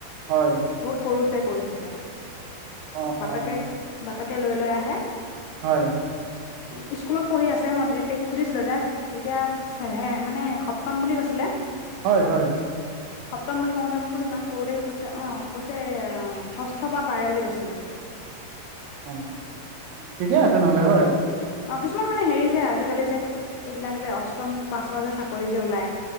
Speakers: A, on the right; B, on the left.
A: হয়
B: বহুত সৰু বহুতে কৰিছে তাই
A: অ
B: বাপেকে
A: অ
B: বাপেকে লৈ লৈ আহে
A: হয়
B: অও স্কুলত পঢ়ি আছে মই ডক্টক সুধিছিলোঁ তেতিয়া ছেভেন মানে সপ্তম বুলি কৈছিলে
A: হয় হয়।
B: সপ্তম বুলি কওঁতে মই বোলো ইমান সৰুতে কৈছে অ কৈছে ষষ্ঠ বা পাৰে বুলি কৈছিলে?
A: অ ঠিকে আছে নহলে হয়।
B: অ কিছুমান মানে হেৰি যে আজিকালি যে এইবিলাক যে অষ্টম পাছৰ যে চাকৰি যে ওলায়?